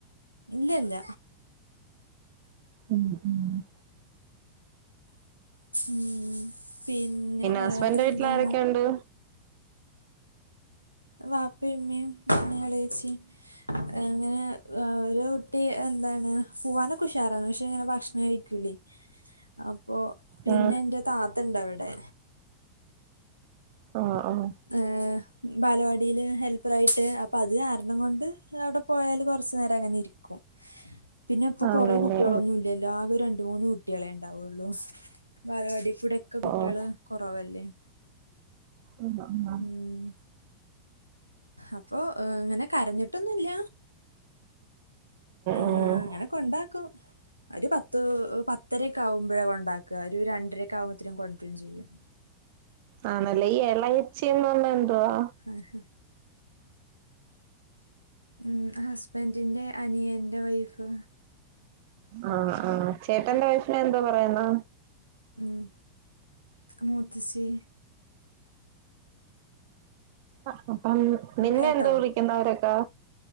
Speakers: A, on the left; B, on the right.
A: ഇല്ല ഇല്ല
B: ഉം ഉം.
A: ഉം പിന്നെ വേറെന്താ
B: ഹസ്ബൻന്റെ വീട്ടിൽ ആരൊക്കെയുണ്ട്
A: വാപ്പി ഇമ്മി ഇളയിച്ചി എ അങ്ങനെ ഒരു കുട്ടി എന്താണ് പോവാനൊക്കെ ഉഷാറാണ് പക്ഷെ ഇങ്ങനെ ഭക്ഷണം കഴിക്കൂലേ അപ്പൊ പിന്നെ
B: ഉം
A: ന്റെ താത്ത ഇണ്ട് അവിടെ
B: ആഹ് ആഹ്
A: ഏഹ് ബാലവാടിൽ ഹെൽപ്പർ ആായിട്ട് അപ്പൊ അത് കാരണം കൊണ്ട് അധ് അവിടെ പോയാല് കൊറച്ചു നേരം അങ്ങനെ ഇരി രിക്കും <unintelligible> പിന്നെ ഇപ്പൊ കുറെേ
B: ആണല്ലേ
A: കുട്ടികളൊന്നും ഇല്ലല്ലോ ആകെ രണ്ടോ മൂന്നോ കുട്ടികളെ ഉണ്ടാവുള്ളു ബാലവാടികുടെ ഒക്കെ കുട്ടിയാള്
B: ഓഹ്
A: കൊറവല്ലേ
B: ഉം ഉം
A: ഉം അപ്പൊ അങ്ങനെ കരഞ്ഞിട്ടൊന്നുല്ല ഏഹ്
B: ഉം
A: അങ്ങനെക്കെയുണ്ടാക്കും ഒരു പത്ത് പത്തരക്കെ ആകുമ്പോഴേ കൊണ്ടാക്ക ഒരു രണ്ടരക്ക ആകുമ്പോതിന്നു കൊണ്ട്രും ചെയ്യും.
B: ആണല്ലേ ഈ ഇളയച്ചിന്ന് പറഞ്ഞന്തുവാ
A: ഏഹ് ഹേ ഉ ഹസ്ബൻറിന്റെ അനിയന്റെ വൈഫ്
B: ആഹ് ആഹ് ചേട്ടന്റെ വൈഫിനെ എന്തോ പറയുന്ന
A: ഉം മൂത്തചി
B: അപ്പം <unintelligible> നിന്നെ
A: കേട്ടോ
B: എന്തോ വിളിക്കുന്നവരൊക്കാ?